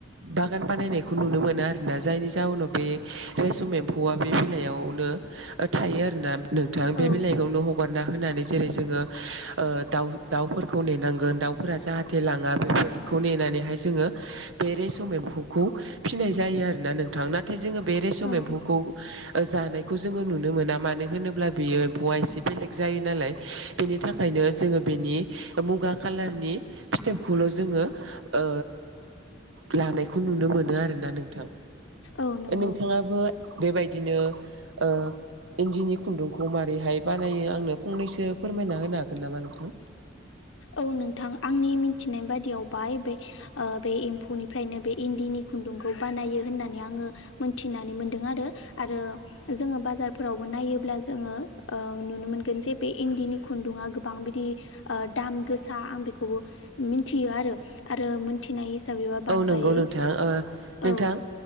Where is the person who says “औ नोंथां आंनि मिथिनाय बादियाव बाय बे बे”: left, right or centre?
Left